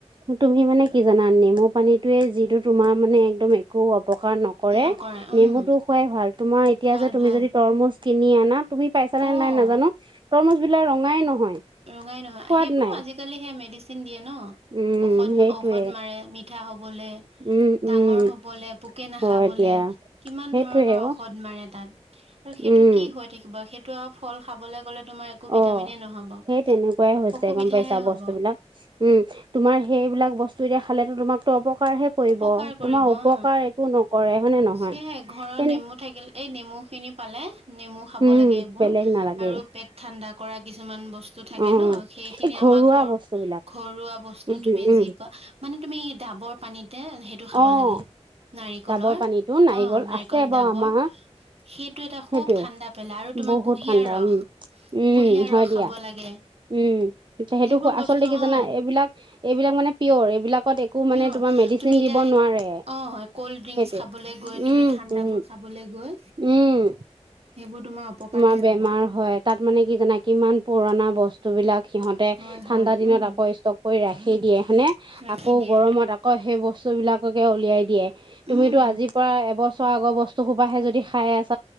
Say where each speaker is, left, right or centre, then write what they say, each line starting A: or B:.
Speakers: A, on the right (about 45°); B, on the right (about 60°).
A: অঁৱ তুমি মানে কি জানা নেমু পানীটোয়ে যিটো তোমাৰ মানে একদম একো অপকাৰ ন কৰে
B: নকৰা উম
A: নেমুতো খোৱাই ভাল তোমাৰ এতিয়া
B: ভাল
A: যে তুমি
B: ভাল
A: যদি তৰমুজ কিনি আনা তুমি পাইছানে
B: অ
A: নাই নাজানো তৰমুজ বিলাক ৰঙাই নহয়।
B: ৰঙাই নহয়,
A: সোৱাদ
B: সেইবোৰো
A: নাই
B: আজিকালি সেই মেডিচিন দিয়ে ন
A: উম
B: ঔষধ
A: সেইটোৱে
B: ঔষধ মাৰে ম মিঠা হ'বলে।
A: উম
B: ডাঙৰ
A: উম
B: হ'বলে পোকে নাখাবলে
A: হয় দিয়া
B: কিমান
A: সেইটোৱে
B: ধৰণৰ ঔষধ
A: অ
B: মাৰে তাত। আৰু সেইটো
A: উম
B: কি হৈ থাকিব সেইটো আৰু ফল খাবলে গ'লে তোমাৰ একো
A: অ
B: ভিটামিনে নহব।
A: সেই তেনেকুৱাই হৈছে
B: অসুবিধাহে
A: গম পাইচা
B: হব
A: বস্তু বিলাক। উম তোমাৰ সেইবিলাক বস্তু এতিয়া খালেতো তোমাকতো অপকাৰহে কৰিব
B: উপকাৰ কৰিব
A: তোমাৰ
B: অ'
A: উপকাৰ একো নকৰে হয়নে নহয়
B: সেয়ে ঘৰৰ
A: তেনে
B: নেমু থাকিল এই নেমু খিনি পালে নেমু খাব
A: উম
B: লাগে এইবোৰ
A: বেলেগ নালাগে
B: আৰু পেট ঠাণ্ডা কৰা কিছুমান বচ তু থাকে
A: উম,
B: ন, সেইখিনি
A: এই ঘৰুৱা
B: আমাৰ ঘৰ-ঘৰুৱা
A: বস্তু বিলাক
B: বস্তু
A: উম,
B: তুমি
A: উম,
B: যি পোৱা মানে তুমি ধাবৰ পানীতে সে টো খাব
A: অ',
B: লাগে নাৰিকলৰ
A: ডাবৰ পানীতো
B: অ' নাৰিকল
A: আছে বাৰু
B: ডাবৰ
A: আমাৰ
B: সেইটো এটা খুব
A: সেইটোৱে
B: ঠাণ্ডা পেলাই আৰু তোমাৰ
A: বহুত
B: কুঁহিয়াৰ
A: ঠাণ্ডা
B: ৰস
A: উম, উম,
B: কুঁহিয়াৰ
A: হয়
B: ৰস খাব
A: দিয়া
B: লাগে।
A: উম, তে সেইটো
B: সেইবোৰ
A: আচলতে
B: বস্তু
A: কি জানা
B: অ
A: এইবিলাক, এইবিলাক মানে পিয়ৰ এইবিলাকত এক একো
B: পিয়ৰ
A: মানে তোমাৰ মেডিচিন
B: তুমি
A: দিব
B: এতিয়া
A: নোৱাৰে
B: অ কল্ড ড্ৰিংকচ
A: সেইটোৱে
B: খাবলৈ গৈ
A: উম,
B: তুমি ঠাণ্ডাবোৰ
A: হু, হু।
B: খাবলৈ গৈ
A: উম,
B: সেইবোৰ তোমাৰ অপকাৰহে
A: তোমাৰ বেমাৰ
B: হ'ব
A: হয় তাত মানে কি জানা কিমান পুৰণা বচ তো বলাক সিহঁতে
B: হয়
A: ঠাণ্ডা
B: হয়
A: দিনত
B: উম
A: আকৌ ষ্টক কৰি ৰাখি দিয়ে হয়নে
B: ৰাখি
A: আকৌ
B: দিয়ে
A: গৰমত আকৌ ক সেই বস্তু বিলাককে উলিয়াই দিয়ে তুমিতো
B: উম
A: আজি পৰা এবছৰ আগৰ বস্তু সোপাহে যদি খাই আছ